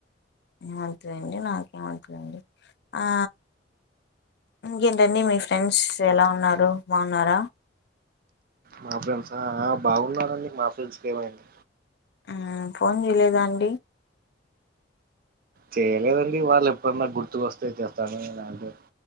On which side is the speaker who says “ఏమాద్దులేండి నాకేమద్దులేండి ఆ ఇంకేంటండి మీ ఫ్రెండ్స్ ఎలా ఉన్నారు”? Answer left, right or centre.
Left